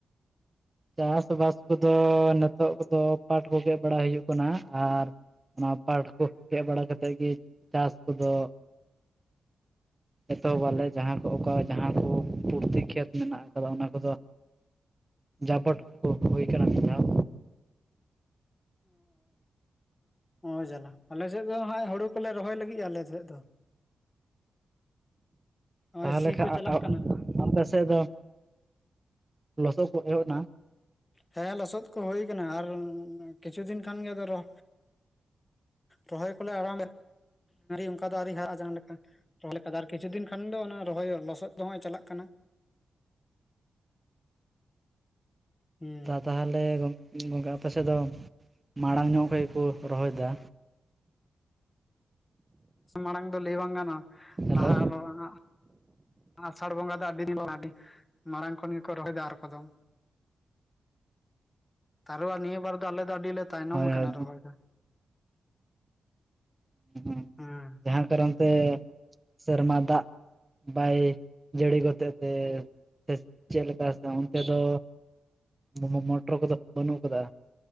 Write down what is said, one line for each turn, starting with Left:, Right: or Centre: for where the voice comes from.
Right: ᱪᱟᱥᱵᱟᱥ ᱠᱚᱫᱚ ᱱᱤᱛᱚᱜ ᱠᱚᱫᱚ ᱯᱟᱴ ᱠᱚ ᱜᱮᱫ ᱵᱟᱲᱟ ᱦᱩᱭᱩᱜ ᱠᱟᱱᱟ, ᱟᱨ ᱚᱱᱟ ᱯᱟᱴ ᱠᱚ ᱜᱮᱫ ᱵᱟᱲᱟ ᱠᱟᱛᱮᱫ ᱜᱮ ᱪᱟᱥ ᱠᱚᱫᱚ ᱮᱛᱚᱦᱚᱵᱞᱮ ᱡᱟᱦᱟᱸ ᱠᱚ ᱚᱠᱟ ᱡᱟᱦᱟᱸ ᱠᱚ ᱯᱩᱨᱛᱤ ᱠᱷᱮᱛ ᱢᱮᱱᱟᱜ ᱟᱠᱟᱫᱟ ᱚᱱᱟ ᱠᱚᱫᱚ ᱡᱟᱵᱚᱴ ᱠᱚ ᱦᱩᱭ ᱟᱠᱟᱱᱟ ᱢᱤᱫ ᱫᱷᱟᱣ᱾
Left: ᱚ ᱦᱚᱸ ᱡᱟᱞᱟ ᱟᱞᱮᱥᱮᱫ ᱫᱚ ᱦᱜ ᱦᱩᱲᱩ ᱠᱚᱞᱮ ᱨᱚᱦᱚᱭ ᱞᱟᱹᱜᱤᱫ ᱟᱞ ᱥᱮᱫ ᱫᱚ᱾ ᱱᱚᱜᱼᱚᱭ
Right: ᱛᱟᱦᱚᱞᱮ
Left: ᱥᱤ
Right: ᱠᱷᱟᱡ
Left: ᱠᱚ ᱪᱟᱞᱟᱜ
Right: ᱟ
Left: ᱠᱟᱱᱟ
Right: ᱟᱯᱮ ᱥᱮᱫ ᱫᱚ ᱞᱚᱥᱚᱫ ᱠᱚ ᱮᱦᱚᱵ ᱮᱱᱟ?
Left: ᱦᱮᱸ ᱞᱚᱥᱚᱫ ᱠᱚ ᱦᱩᱭᱩ ᱟᱠᱟᱱᱟ ᱟᱨ ᱠᱤᱪᱷᱩ ᱫᱤᱱ ᱠᱷᱟᱱ ᱜᱮ ᱟᱫᱚ ᱨᱚᱦ ᱨᱚᱦᱚᱭ ᱠᱚᱞᱮ <unintelligible> ᱟᱨ ᱚᱱᱠᱟ ᱫᱚ ᱟᱨᱤᱭ ᱦᱟᱨᱟᱜᱼᱟ ᱡᱟᱦᱟᱸ ᱞᱮᱠᱟ ᱨᱚᱦᱚᱭ ᱞᱮᱠᱟ ᱟᱨ ᱠᱤᱪᱷᱩ ᱫᱤᱱ ᱠᱷᱟᱱ ᱫᱚ ᱚᱱᱟ ᱨᱚᱦᱚᱭ ᱞᱚᱥᱚᱫ ᱫᱚ ᱦᱚᱸᱜᱚᱭ ᱪᱟᱞᱟᱜ ᱠᱟᱱᱟ᱾ ᱦᱩᱸ
Right: ᱛᱟᱦᱚᱞᱮ ᱜᱚᱝᱠᱮ ᱟᱯᱮ ᱥᱮᱫ ᱫᱚ ᱢᱟᱲᱟᱝ ᱧᱚᱜ ᱠᱷᱚᱡ ᱜᱮᱠᱚ ᱨᱚᱦᱚᱭᱫᱟ᱾
Left: ᱢᱟᱲᱟᱝ ᱫᱚ ᱞᱟᱹᱭ ᱵᱟᱝ ᱠᱟᱱᱟ
Right: ᱦᱮᱞᱳ
Left: ᱞᱟᱦᱟ ᱟᱫᱚ ᱦᱟᱸᱜ ᱟᱥᱟᱲ ᱵᱚᱸᱜᱟ ᱫᱚ ᱟᱹᱰᱤ ᱫᱤᱱ ᱵᱟᱝ ᱟᱹᱰᱤ ᱢᱟᱨᱟᱝ ᱠᱷᱚᱱ ᱜᱮᱠᱚ ᱨᱚᱦᱚᱭ ᱫᱟ ᱟᱨ ᱠᱚᱫᱚ, ᱟᱨᱦᱚ ᱱᱤᱭᱟᱹ ᱵᱟᱨ ᱫᱚ ᱟᱹᱰᱤᱞᱮ ᱛᱟᱭᱱᱚᱢ
Right: ᱦᱳᱭ
Left: ᱟᱠᱟᱱᱟ
Right: ᱦᱳᱭ
Left: ᱨᱚᱦᱚᱭᱫᱚ,
Right: ᱦᱮᱸ
Left: ᱦᱢᱸ
Right: ᱡᱟᱦᱟᱸ ᱠᱟᱨᱚᱱ ᱥᱮ ᱥᱮᱨᱢᱟ ᱫᱟᱜ ᱵᱟᱭ ᱡᱟᱹᱲᱤ ᱜᱚᱛ ᱛᱮ ᱥᱮ ᱪᱮᱫᱮ ᱞᱮᱠᱟ ᱥᱮ ᱚᱱᱛᱮ ᱫᱚ ᱢ ᱢᱚᱴᱚᱨ ᱠᱚᱫᱚ ᱵᱟᱹᱱᱩᱜ ᱠᱟᱫᱟ?